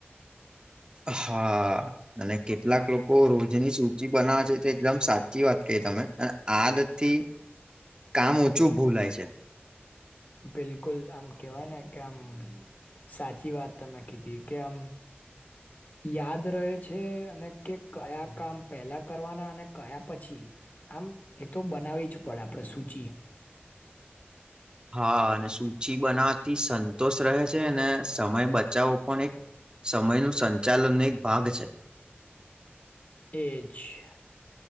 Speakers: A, on the right; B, on the left.
A: હા. અને કેટલાક લોકો રોજની સૂચિ બનાવે છે તો એકદમ સાચી વાત કહી તમે. આદત થી કામ ઓછું ભૂલાય છે.
B: બિલકુલ આમ કેવાય ને કે આમ સાચી વાત તમે કીધી. કેમ.
A: <inaudible>
B: યાદ રહે છે અને કે કયા કામ પહેલા કરવાના અને કયા પછી. આમ એ તો બનાવી જ પડે આપણેે સૂચિ.
A: હા અને સૂચ બનાતી સંતોષ રહે અને સમય બચાવો પણ એક સમય નું સંચાલનને એક ભાગ છે
B: એજ <unintelligible>